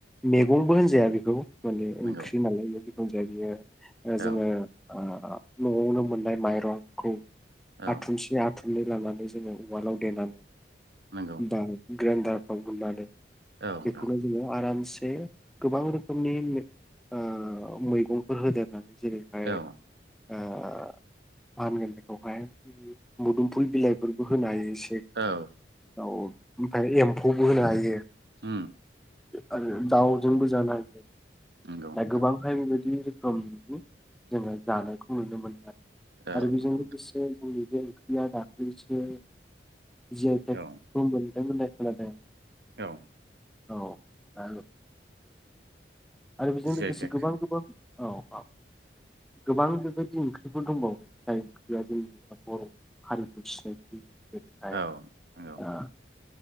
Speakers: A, in the centre; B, on the right.
A: मेगंबो होनजाया बेखौ माने
B: नंगौ
A: ओंख्रि नालाय जाय बियो जोङो
B: औ
A: ओ न'आवनो मोननाय माइरंखौ
B: औ
A: आथुमसे आथुमनै लानानै जोङो उवालाव देनानै
B: नंगौ
A: बा ग्रेडारफ्राव होननानै
B: औ नोंथां
A: बेखौनो जोङो आरामसे गोबां रोखोमनि ओ मैगंफोर होदों होननानै जेरैहाय
B: औ
A: ओ मा होनगोन बेखौहाय मुदुमफुल बिलाइफोरबो होनो हायो एसे
B: औ
A: औ ओमफ्राय एम्फौबो होनो हायो
B: ह
A: आरो दाउजोंबो जानो हायो
B: नंगौ नोंथां
A: गोबांहाय बेबायदि रोखोमनि जोङो जानायखौ नुनो मोनो आरो
B: औ
A: आरो बेजों
B: नंगौ
A: लोगोसे
B: नोंथां
A: जोंनि बे ओंख्रिया दाख्लैसो जिआइ टेकखौ
B: औ
A: मोनदों होननाय खोनादों
B: औ
A: <unintelligible> आरो बेजों लोगोसे
B: जि आइ टेक
A: गोबां गोबां औ औ गोबां बेबायदि ओंख्रिफोर दंबावो जाय ओंख्रिया जोंनि बर' हारिखौ सिनायथि बेनिहाय
B: औ नंगौ
A: ओ